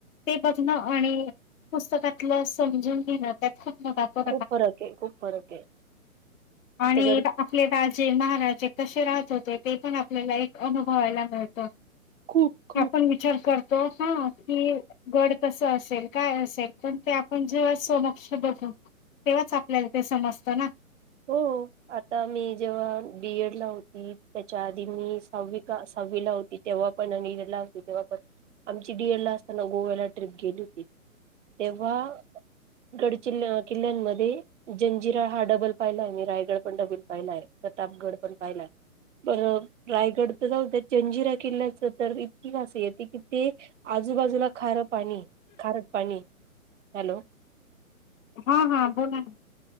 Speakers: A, on the left; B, on the right.
A: ते बघणं आणि पुस्तकातलं समजून घेणं त्यात खूप मोठा फरक
B: खूप फरक आहे खूप फरक आहे तिथं
A: आणि
B: गड
A: आपले राजे महाराजे कसे राहत होते ते पण आपल्याला एक अनुभवायला मिळत
B: खूप खूप
A: आपण विचार करतो तो हा कि गड कस असेल काय असेल पण ते आपण जेव्हा समक्ष बघू तेव्हाच आपल्याला ते समजतं ना
B: हो आता मी जेव्हा बीएड ला होती त्याच्या आधी मी सहावी का सातवी हवी लावती तेव्हा पण आणि लावती तेव्हा पण <unintelligible> <unintelligible> आमची डीएड ला असताना गोव्याला ट्रिप गेली होती तेव्हा गडचिल्या किल्ल्यांमध्ये जंजिरा हा डबल पाहिलाय मी रायगड पण नववीत पाहिलाय प्रतापगड पण पाहिलाय बर रायगड तर जाऊ त्या जंजिरा किल्ल्याच तर इतकीस <unintelligible> येते की ते आजूबाजूला खार पाणी खार पाणी हॅलो
A: हा हा बोला ना